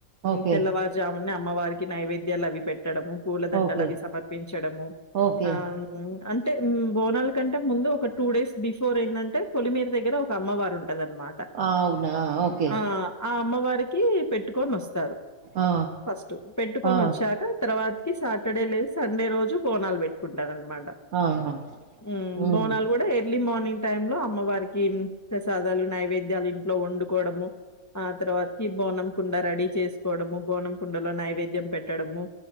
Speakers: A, on the left (about 20°); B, on the right (about 75°).
A: ఉ
B: ఓకే.
A: తెల్లవారు జామున్నే అమ్మవారికి నైవేద్యాలు అవి పెట్టడము పూలదండలు
B: ఓకే.
A: అవి సమర్పించడము
B: ఓకే.
A: ఆ... ఉ అంటే బోనాలు కంటే ముందు ఒక టూ డేస్ బిఫోర్ ఏంటంటేయ్ పొలి మీద దగ్గర ఒక అమ్మవారు ఉంటది అన్నమాట
B: ఆ! అవునా! ఓకే.
A: ఆ ఆ అమ్మవారికి పెట్టుకొని వస్తారు
B: ఆ!
A: ఫస్ట్ పెట్టుకొని
B: ఆ!
A: వచ్చాక తర్వాతకి సాటర్డే లేదు సండే రోజు బోనాలు పెట్టుకుంటారునమాట
B: ఆహా!
A: ఉ
B: హ్మ్.
A: బోనాలు కూడా ఎర్లీ మార్నింగ్ టైం లో అమ్మవారికి ఉ ప్రసాదాలు నైవేద్యాలు ఇంట్లో వండుకోవడము ఆ తర్వాతకి బోనం కుండ రెడీ చేసుకోవడము బోనం కుండలు నైవేద్యం పెట్టడము